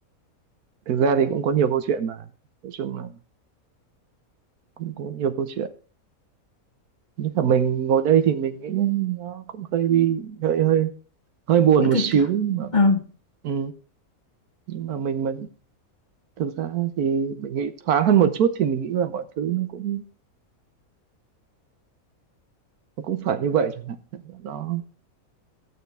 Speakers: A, on the right; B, on the left.
A: thực ra thì cũng có nhiều câu chuyện mà nói chung là cũng có nhiều câu chuyện nhất là mình ngồi đây thì mình nghĩ nó cũng hơi bị hơi hơi hơi buồn
B: nguy
A: một
B: kịch
A: xíu
B: à
A: nhưng mà
B: ờ
A: ừ. nhưng mà mình mà thực ra thì mình nghĩ thoáng hơn một chút thì mình nghĩ là mọi thứ nó cũng nó cũng phải như vậy chẳng hạn nó